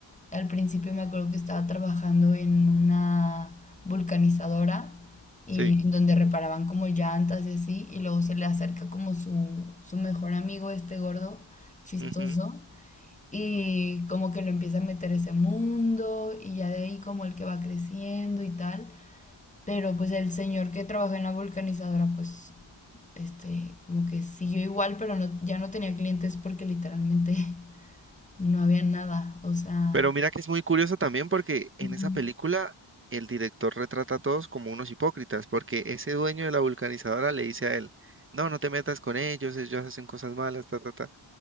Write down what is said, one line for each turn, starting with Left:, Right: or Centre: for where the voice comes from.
Left: al principio me acuerdo que estaba trabajando en una vulcanizadora y
Right: Sí.
Left: en donde reparaban como llantas y así, y luego se le acerca como su, su mejor amigo, este gordo, chistoso,
Right: Ujú.
Left: y como que lo empieza a meter ese mundo y ya de ahí como el que va creciendo y tal. Pero pues el señor que trabajó en la vulcanizadora pues este como que siguió igual pero no, ya no tenía clientes porque literalmente <laughs> no había nada. O sea,
Right: Pero mira que es muy curioso también porque en
Left: Ujú.
Right: esa película el director retrata a todos como unos hipócritas, porque ese dueño de la vulcanizadora le dice a él, no, no te metas con ellos, ellos hacen cosas malas, ta, ta, ta.